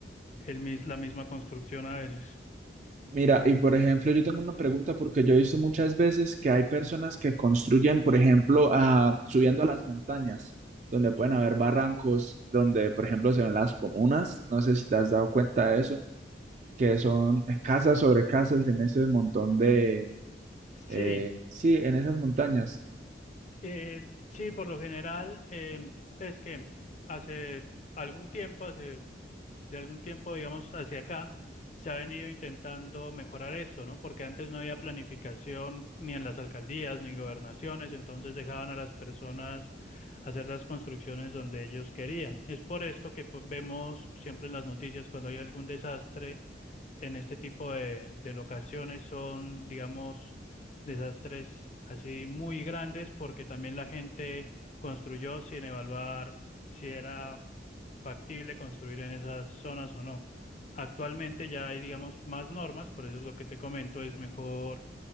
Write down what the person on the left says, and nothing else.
el mis- la misma construcción a veces.
Sí,
eh, sí, por lo general em, es que hace algún tiempo, hace de algún tiempo, digamos, hacia acá, se ha venido intentando mejorar esto, ¿no? Porque antes no había planificación ni en las alcaldías ni gobernaciones, entonces dejaban a las personas hacer las construcciones donde ellos querían. Es por esto que pues, vemos siempre en las noticias cuando hay algún desastre en este tipo de, de locaciones son, digamos, desastres así muy grandes porque también la gente construyó sin evaluar si era factible construir en esas zonas o no. Actualmente ya hay, digamos, más normas, por eso es lo que te comento, es mejor